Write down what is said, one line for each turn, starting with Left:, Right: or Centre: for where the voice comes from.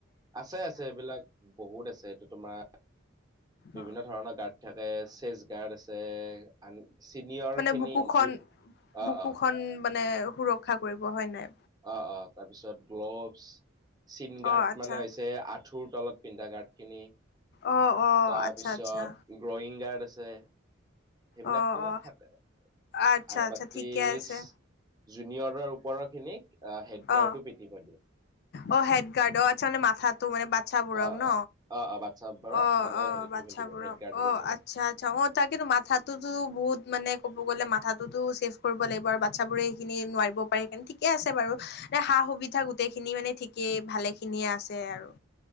Right: আছে আছে এইবিলাক বহুত আছে এইটো তোমাৰ। বিভিন্ন
Left: অ
Right: ধৰণৰ গাত। থাকে চেচ গাৰ্ড। যে আন চিনিয়ৰ
Left: মানে
Right: খিনি
Left: বুকুখন
Right: জু
Left: বুকুখন
Right: অহ অহ।
Left: মানে সুৰক্ষা কৰিব হয় নাই।
Right: অহ অহ তাৰপিছত গ্ল'ভছ চিন
Left: অ
Right: গাৰ্ড
Left: আচ্ছা
Right: মানে হৈছে আঁঠুৰ তলত। পিন্ধা গাৰ্ডখিনি।
Left: অ অ
Right: তাপিছত
Left: আচ্ছা আচ্ছা
Right: গ্ৰয়িং গাৰ্ড আছে। সেইবিলাকতো
Left: অ অ
Right: আত থাকে,
Left: আচ্ছা
Right: আৰু
Left: আচ্ছা
Right: বাকী
Left: ঠিকে
Right: জুনিয়ৰৰ
Left: আছে
Right: ওপৰত খিনিক। আহ হেডগাৰ্টো
Left: অ
Right: পিটিব দিয়ে।
Left: অ' হেড গাৰ্ড অঁ, আচ্ছা মানে মাথাত। টো মানে বাচ্ছাবোৰক
Right: অ',
Left: ন
Right: অ', অ', অ', বাচ্ছাবোৰক
Left: অ'
Right: মানে
Left: অ'
Right: হেৰিটো
Left: বাচ্ছাবোৰক
Right: পিন্ধিব দিয়ে, হেডগাৰটো
Left: অ'
Right: পিন্ধিব
Left: আচ্ছা
Right: দিয়ে।
Left: আচ্ছা অ তাকেটু মাথাটোতো বহুত মানে ক'ব গ'লে মাথা তো ত ছেভ কৰিব লাগিব আৰু বাচ্ছ বোৰে সেইখিনি নোৱাৰিব পাৰে সেইকাৰনে ঠিকে আছে বাৰু যে সা সুবিধা গো গোটেইখিনি মানে ঠিকেই ভালে খিনিয়ে আছে আৰু।